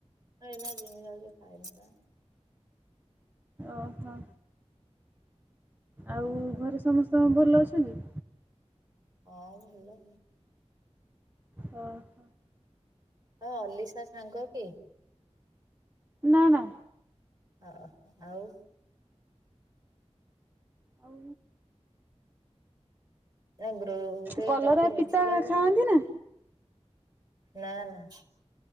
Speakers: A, on the right (about 35°); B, on the right (about 15°).
A: ନାଇଁ ଏଇନା ଜିମି ଯାଉଚି ଖାଇବିତ।
B: ଓହୋ
A: ହୁଁ।
B: ଆଉ ଘରେ ସମସ୍ତଙ୍କ ଭଲ ଅଛନ୍ତି?
A: ହଁ ଭଲ।
B: ହଁ।
A: ଅ- ଅଲିସା ସାଙ୍ଗ କି?
B: ନା- ନା।
A: ଓହ ଆଉ
B: ଆଉ
A: ନା ଗ୍ରପୁ ରେ
B: କଲରା
A: କେମିତି ମିଶିଲ
B: ପିତା
A: ଯେ
B: ଖାଆନ୍ତି ନା?
A: ନା ନା